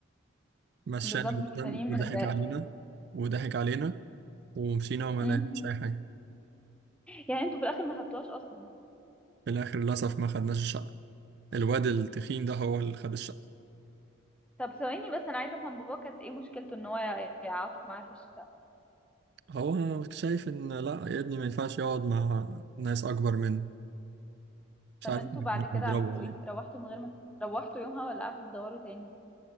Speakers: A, on the right; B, in the centre.
A: مشانا
B: بالظبط
A: ابو
B: مستنيين
A: ادهم وضحك
B: من امبارح
A: علينا وضحك علينا ومشينا وما
B: امم
A: لقيناش اي حاجه
B: يعني انتوا في الاخر ما خدتوهاش اصلا
A: في الاخر للاسف ما خدناش الشقه الواد التخين ده هو اللي خد الشقه
B: طب ثواني بس انا عايزه افهم بابا كانت ايه مشكلته ان هو يقعدكم معاه في الشقه
A: هو شايف ان لا يا ابني ما ينفعش يقعد مع ناس اكبر منه مش
B: طب
A: عارف
B: انتوا
A: إحنا
B: بعد
A: كنا
B: كده
A: بنضربه
B: عملتوا
A: ولا
B: ايه
A: ايه
B: روحتوا من غير ما روحتوا يومها ولا قعدتوا تدوروا تاني